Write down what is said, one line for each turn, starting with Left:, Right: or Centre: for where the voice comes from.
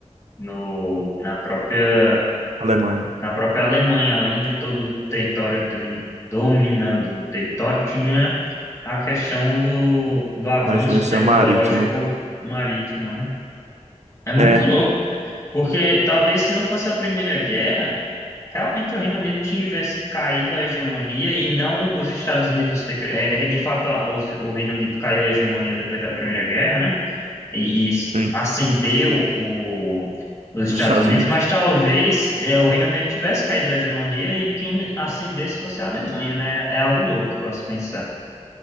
Left: no, na própria,
Right: Alemanha.
Left: na própria Alemanha, além de todo o território domi- dominando o território, tinha a questão do, do avanço
Right: da influência
Left: tecnológico
Right: marítima.
Left: marítimo, né? É muito
Right: É,
Left: louco, porque talvez se não fosse a Primeira Guerra, realmente o Reino Unido tivesse caído a hegemonia e não os Estados Unidos. ter cre- é, é, de fato, a- os- o Reino Unido caiu a hegemonia depois da Primeira Guerra, né? E, e s-
Right: sim,
Left: ascendeu o, os Estados
Right: nos Estados
Left: Unidos,
Right: Unidos.
Left: mas talvez é, o Reino Unido tivesse caído a hegemonia e quem ascendesse fosse a Alemanha, né? É algo louco a se pensar.